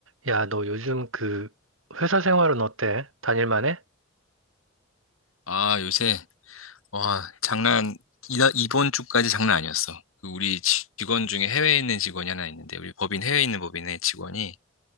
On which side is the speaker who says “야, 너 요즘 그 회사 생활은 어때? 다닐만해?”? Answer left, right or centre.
Right